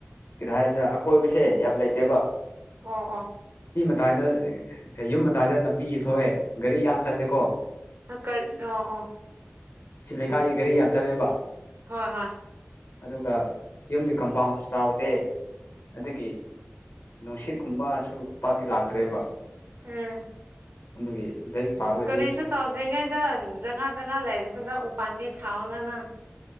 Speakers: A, on the left; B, on the right.
A: ꯀꯔ ꯍꯥꯏꯁꯤꯔ ꯑꯀꯣꯏꯕꯁꯦ ꯌꯥꯝ ꯂꯩꯇꯦꯕ
B: ꯑꯥ ꯑꯥ
A: ꯑꯥꯏꯗ ꯌꯨꯝ ꯑꯥꯏꯗ ꯂꯝꯕꯤ ꯊꯣꯛꯑꯦ ꯒꯥꯔꯤ ꯌꯥꯝ ꯆꯜꯂꯦꯀꯣ
B: ꯑ ꯀ ꯑꯣ ꯑꯣ
A: ꯁꯤ ꯂꯩꯀꯥꯏꯒꯤ ꯘꯔꯤ ꯌꯥꯝ ꯆꯠꯂꯦꯕ
B: ꯍꯣꯏ ꯍꯣꯏ
A: ꯑꯗꯨꯒ ꯌꯨꯝꯒꯤ ꯀꯝꯄꯥꯎꯟꯁꯨ ꯆꯥꯎꯗꯦ ꯑꯗꯨꯒꯤ ꯅꯨꯡꯁꯤꯠꯀꯨꯝꯕꯁꯨ ꯄꯥꯛꯇꯤ ꯂꯥꯛꯇ꯭ꯔꯦꯕ
B: ꯎꯝ
A: ꯑꯗꯨꯒꯤ ꯂꯥꯏꯔꯤꯛ ꯄꯥꯕꯒꯗꯤ
B: ꯀꯔꯤꯁꯨ ꯇꯧꯗ꯭ꯔꯤꯉꯩꯗ ꯖꯒꯥ ꯖꯒꯥ ꯂꯩꯕ ꯑꯗꯨꯗ ꯎꯥꯟꯗꯤ ꯊꯥꯑꯣꯅ ꯅ